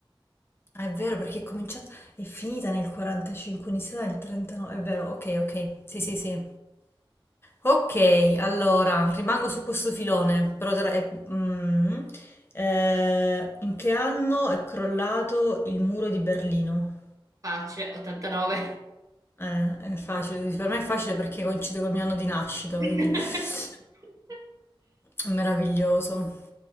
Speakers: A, on the left; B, on the right.
A: Ah, è vero perché è cominciata, è finita nel 45, è iniziata nel 39, è vero, ok, ok, sì, sì, sì. Ok, allora, rimango su questo filone, però tra- è- mm, eh, in che anno è crollato il muro di Berlino?
B: Pace, 89.
A: Eh, è facile, per me è facile perché coincide col mio anno di nascita, quindi
B: <laughs>
A: <laughs> è meraviglioso.